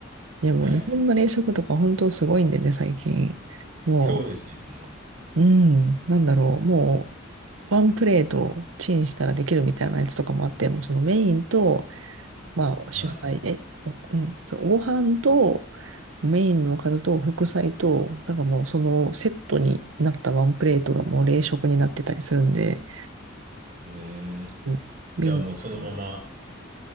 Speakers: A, on the right; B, on the right.
A: いや、もう日本の冷食とか本当すごいんでね、
B: い、はい。
A: 最近。も
B: そうですよね。
A: う、うん、なんだろう、もう、ワンプレートチンしたらできるみたいなやつとかもあって、もうそのメインと、まあ、
B: は
A: 主菜、え、うん、そう、ご飯とメインのおかずと副菜と、だからもうそのセットになったワンプレートがもう冷食になってたりするんで、
B: い。えー、
A: そうんメ
B: じゃあもうそのまま、